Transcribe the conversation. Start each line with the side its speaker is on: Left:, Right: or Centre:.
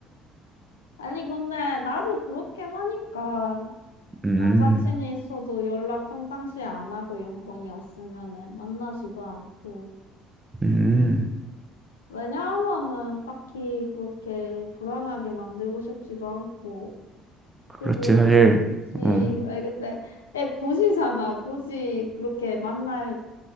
Left: 아니, 근데 나도 그렇게 하니까
Right: 음,
Left: 남사친이 있어도 연락 평상시에 안 하고 연건이 없으면은 만나지도 않고.
Right: 음,
Left: 왜냐하면은 딱히 그렇게 불안하게 만들고 싶지도 않고.
Right: 그렇지
Left: 그리고
Right: 사실.
Left: 굳이,
Right: 음,
Left: 아니 근데, 애 굳이잖아. 굳이 그렇게 만날